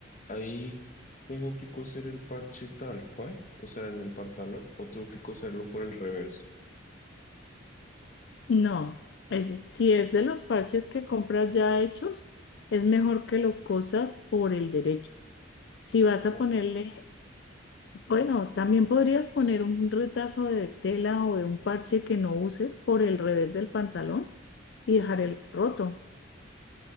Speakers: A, on the left; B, on the left.
A: ahí tengo que coser el parche tal cual, o sea, en el pantalón, o tengo que coserlo por el reverso.
B: No, es, si es de los parches que compras ya hechos, es mejor que lo cosas por el derecho. Si vas a
A: Ok,
B: ponerle Bueno, también podrías poner un retazo de tela o de un parche que no uses por el revés del pantalón y dejar el roto